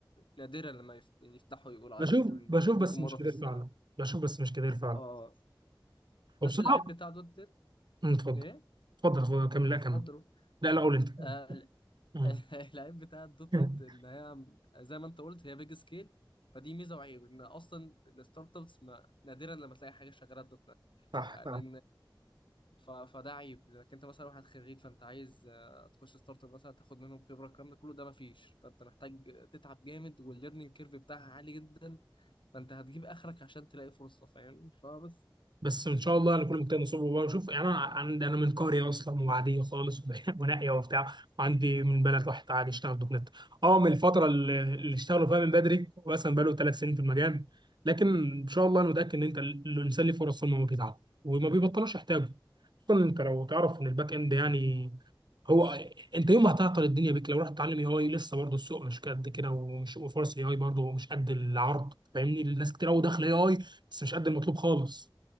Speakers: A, on the left; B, on the right.
A: نادرا لما يفت- يفتحوا يقولوا عايزين
B: بشوف
A: جونيور
B: بشوف
A: ممكن
B: بس
A: مرة
B: مش كتير
A: في السنة
B: فعلا بشوف بس مش كتير فعلا
A: اه
B: وبصراحه
A: بس العيب بتاع دوت نت
B: أمم، اتفضل
A: ايه
B: اتفضل اتفضل كمل
A: اتفضلوا
B: لا كمل لا لا قول انت
A: آه ال-
B: أمم.
A: <laughs> العيب بتاع الدوت
B: <laughs>
A: نت ان هي زي ما انت قلت هي بيج سكيل فدي ميزة وعيب ان اصلا الستارت ابس ما- نادرا لما تلاقي حاجة شغالة بدوت نت
B: صح
A: يعني ف... فده عيب لانك انت مثلا واحد خريج فانت عايز آه، تخش ستارت اب مثلا تاخد منهم خبره الكلام ده كله ده مفيش فانت محتاج تتعب جامد والليرنينج كيرف بتاعها عالي جدا فانت هتجيب اخرك عشان تلاقي فرصه فاهم فبس
B: بس ان شاء الله هنكون مجتهد نصيب وبقى شوف يعني انا عندي انا من قريه اصلا وعاديه خالص <laughs> ونائيه وبتاع وعندي من بلد واحد عادي يشتغل دوت نت اه من الفتره اللي اللي اشتغلوا فيها من بدري مثلا بقاله ثلاث سنين في المجال لكن ان شاء الله انا متاكد ان انت ال- الانسان ليه فرص طول ما هو بيتعب وما بيبطلوش يحتاجه خصوصا انت لو تعرف ان الباك اند يعني هو انت يوم ما هتعطل الدنيا بيك لو رحت تتعلم اي اي لسه برضه السوق مش قد كده ومش وفرص الاي اي برضه مش قد العرض فاهمني الناس كتير قوي داخله اي اي بس مش قد المطلوب خالص